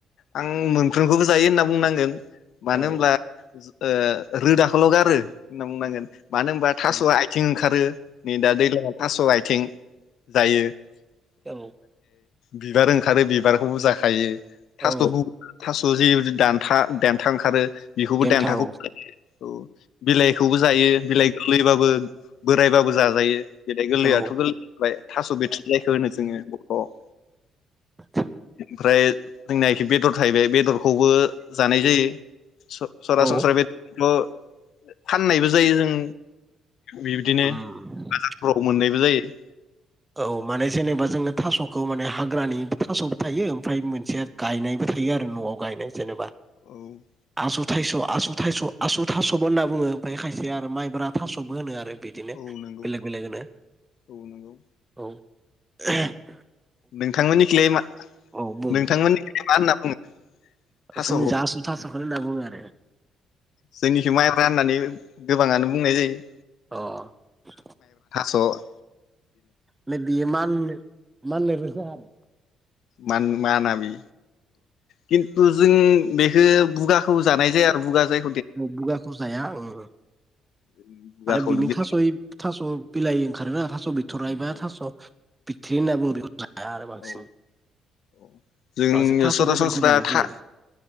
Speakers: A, on the left (about 65°); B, on the right (about 15°).
A: आं मोनफ्रोखौबो जायो होनना बुंनांगोन मानो
B: औ
A: होमब्ला ओ रोदाखौल' गारो होनना बुंनांगोन । मानो होनबा थास'आ
B: औ
A: आथिं ओंखारो नै दा दैज्लङ थास'आय थिं जायो <unintelligible>
B: औ
A: बिबार ओंखारो बिबारखौबो जाखायो । थास'
B: औ
A: उ थास' जि दानथा देन्था ओंखारो बेखौबो
B: देन्था
A: देन्थाखौ
B: औ
A: औ बिलाइखौबो जायो बिलाइ गोललैबाबो बोरायबाबो जाजायो बेेरै गोरलै
B: औ
A: आथ गोरलै ओमफ्राय थास बिथ्रि देखौ होनो जोंनो बखथ' ।
B: <unintelligible>
A: ओमफ्राय जोंनाखि बेदर थायबाय बेदरखौबो जानाय जायो सरासनस्रा
B: औ
A: बेदर फाननायबो जायो जों बिबदिनो
B: उम
A: बाजारफ्राव मोननायबो जायो
B: औ माने जेनेबा जोङो थासखौ माने हाग्रानि थासबो थायो ओमफ्राय मोनसे गायनायबो थायो आरो नआव गायनाय जेनेबा
A: औ ।
B: आसु थाइस आसु थाइस आसु थासबो होनना बुङो ओमफ्राय खायसे आरो माइब्रा थासबो होनो आरो बिदिनो
A: औ नंगौ
B: बेलेग बेलेग होनो
A: औ नंगौ
B: । <unintelligible>
A: नोंथांमोननिखिलाय मा
B: औ बुं
A: नोंथांमोननि मा होनना बुङो थास
B: जोंनि
A: ह
B: जा आसु थास'खौनो होनना बुङो आरो
A: जोंनिखि माइ राननानै गोबाङानो बुंनाय जायो ।
B: अ ।
A: अ ।
B: लो बियो मान माननाय रोजा आरो
A: मान-मानाबि खिन्थु जों बेखो बुगाखौ जानाय जाया आरो बुगा जाय
B: बुगाखौ जाया उं
A: आरो बुगाखौ
B: आरो बिनि
A: बे
B: थासय थास बिलाय खारोना थास बि थरायबा
A: औ
B: थास बिथ्रि होनना बुङो बेखौ जाया आरो बांसिन
A: औ अ जोंनिया
B: बांसिन थास'
A: सरासनस्रा
B: बेदरखौ जानाय
A: था
B: जायो